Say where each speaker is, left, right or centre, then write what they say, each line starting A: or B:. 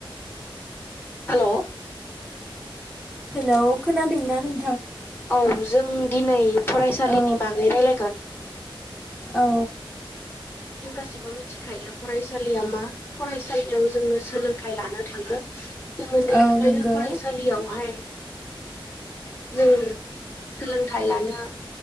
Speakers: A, on the left (about 25°); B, in the centre.
A: हेल'।
B: हेलौ खोनादोंंना नों
A: औ जों दिनै फरायसालिनि
B: औ
A: बागै रायलायगोन।
B: औ
A: जों गासिबो मिथिखायो फरायसालिया मा फरायसालियाव जोङो सोलोंथाइ लानो थां जों ओनन्दैनिफ्रायनो
B: औ नंगौ
A: फरायसालियावहाय <unintelligible> सोलोंथाइ लानो